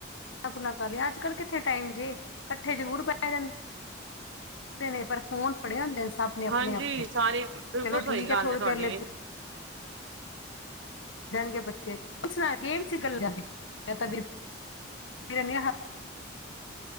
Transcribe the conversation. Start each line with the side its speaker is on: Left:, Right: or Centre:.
Left: ਗੁਲਾ ਕਰ ਲਈਆ ਅੱਜ ਕੱਲ ਕਿੱਥੇ ਟਾਈਮ ਜੀ ਇਕੱਠੇ ਜ਼ਰੂਰ ਬੈ ਜਾਂਦੇ' ਕਰਦੇ ਨੇ ਪਰ ਫੋਨ ਫੜਿਆ ਹੁੰਦੇ ਸਭ ਨੇ ਆਪੋ
Right: ਹਾਂਜੀ
Left: ਆਪਣੇ
Right: ਸਾਰੇ ਬਿਲਕੁਲ
Left: ਚਲੋ
Right: ਸਹੀ
Left: ਠੀਕ
Right: ਗੱਲ
Left: ਹੈ ਥੋੜ੍ਹੀ
Right: ਤੁਹਾਡੀ
Left: ਦੇਰ ਲਈ!
Right: ਵੀ
Left: <unintelligible>